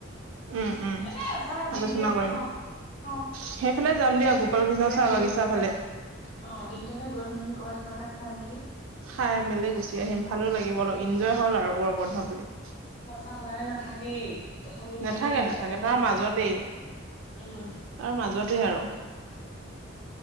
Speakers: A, on the right (about 70°); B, on the left (about 30°).
A: উম উম
B: এনে ধাৰা
A: আলোচনা
B: দিনতয়াকে
A: কৰিম
B: হওঁক। অ',
A: সেইফালে যাম
B: দিন
A: দিয়া
B: দিয়াকে
A: গোপাল কৃষ্ণ
B: গৈ
A: চাহ
B: মেলি
A: বাগিচা
B: কবাত
A: ফালে
B: অ', দিনদিয়াকে গৈ মেলি কৰ'ৰবাত কিবা এটা খাই মেলি
A: খাই মেলি গুচি আহিম। ভালো লাগিব অলপ এনজয় হ'ল আৰু গৰম বন্ধ বুলি।
B: চাহ সদাই নাথাকেই, তথাপিতো তেনেকেই
A: নাথাকে
B: কেতিয়াবা
A: নাথাকে
B: মনতটো
A: তাৰ মাজতেই
B: মিলাব লগা হ'ল উম',।
A: তাৰ মাজতে আৰু।